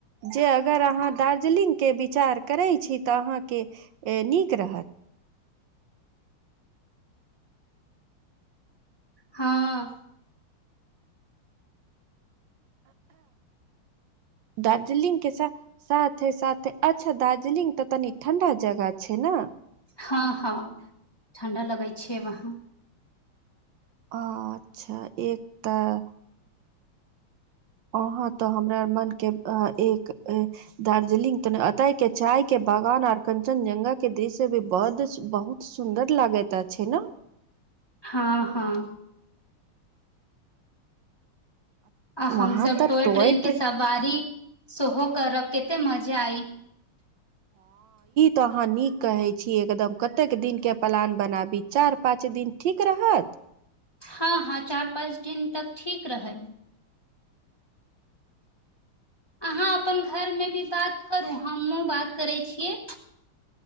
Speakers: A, on the right (about 70°); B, on the left (about 20°).
A: जे अगर अहाँ दार्जलिंगके विचार करै छी तऽ अहाँके नीक रहत
B: हँ
A: दार्जिलिंग के सा साथे साथे अच्छा दार्जलिंग तऽ तनि ठंडा जगह छै ने।
B: हँ हँ ठण्डा लगै छै वहाँ।
A: ह अच्छा एक तऽ। अहाँ तऽ हमरा मनके एक दार्जिलिंग त एतहिके चायके बागान आर कञ्चनजङ्गाके दृश्य भी बड् बहुत सुन्दर लागैत अछि ने।
B: हँ हँ। आ हमस
A: वहां तऽ
B: टोय
A: टॉय
B: ट्रेन के सवारी सेहो करब कतेक मजा आइ
A: त अहाँ नीक कहे छी एकदम कतेक दिन के प्लान बनाबी चार पाँच दिन ठीक तक रहत
B: हँ हँ चार पाँच दिन तक ठीक रहै। अहाँ अपन घरमे भी बात करू हमहहुँ बात करै छियै।